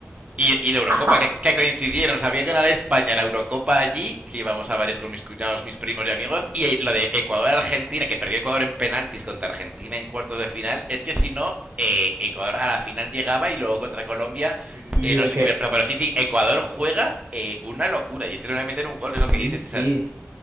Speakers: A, on the right; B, on the right.
A: Y, y la
B: <laughs>
A: Eurocopa, que, que coincidieron. Sabía ganar España la Eurocopa allí, que íbamos a varios con mis cuñados, mis primos y amigos. Y lo de Ecuador-Argentina, que perdió Ecuador en penaltis contra Argentina en cuartos de final. Es que si no, eh, Ecuador a la final llegaba y luego contra Colombia,
B: Y
A: eh, no
B: Es
A: sé
B: que...
A: qué hubiera pasado. Pero sí, sí, Ecuador juega eh, una locura. Y es que no le meten un gol, es lo que dices.
B: Y sí.
A: O sea,